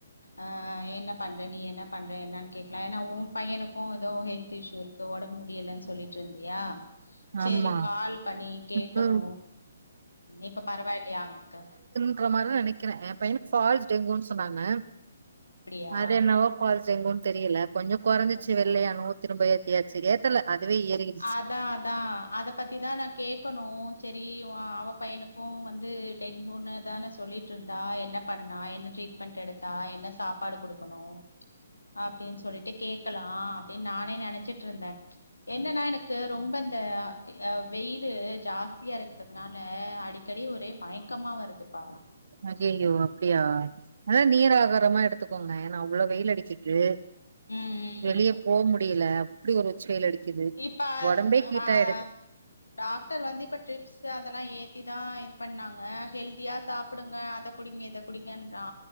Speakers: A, on the left (about 75°); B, on the right (about 55°).
A: ஆ என்ன பண்ற நீ என்ன பண்ற என்னான் கேக்லா ஏன்னா ஓ பையனுக்கு ஏதோ ஹெல்த் இஷ்ஷு இரு க்கு ஒடம்பு முடியலன் சொல்லிட்ருந்தியா சேரி
B: ஆமா
A: கால் பண்ணி கேட்கணும்
B: இப்போ
A: இப்ப பரவாயில்லையா அவன்க்கு
B: க்குற மாரி தா நெனைக்கிறே எ பைன்னுக்கு ஃபால்ஸ் டெங்குன்னு சொன்னாங்க
A: அப்டியா
B: அது என்னவோ ஃபால்ஸ் டெங்குன் தெரியல கொஞ்சோ கொறஞ்சுச்சு
A: ஓ
B: வெள்ளையானு திரும்ப <unintelligible> ஏத்தல அதுவே ஏறிக்
A: அதா அதா அதப் பத்தி தா நா கேட்கணு செரி அவ பையனுக்கு வந்து டெங்குன்னு தான சொல்லிட் ருந்தா என்ன பண்ணா என்ன ட்ரீட்மெண்ட் எடுத்தா என்ன சாப்பாடு கொடுக்கணு அப்டின் சொல்லிட்டு கேக்கலா அப்டின் நானே நெனச்சிட்ருந்த என்னனா எனக்கு ரொம்ப ந்த வெயிலு ஜாஸ்தியா இருக்றதுனால அடிக்கடி ஒரே மயக்கமா வருதுப்பா
B: ஐயயோ அப்டியா நல்லா
A: ஆஹ்
B: நீர் ஆகாரமா எடுத்துக் கோங்க ஏனா அவ்ளோ வெயில் அடிக்கிது
A: ம், ம்,
B: வெளிய
A: ம்.
B: போ முடியல அப்டி ஒரு உச் வெயில் அடிக்குது
A: இப்ப
B: ஒடம்பே
A: அ,
B: கீட்டாயிடுது
A: அ, டாக்டர் வந்து இப்ப ட்ரிப்ஸ் ஸ் அதெலா ஏத்திதா இது பண்ணாங்க ஹெல்தியா சாப்புடுங்க அத குடிங்க இத குடிங்கன்றா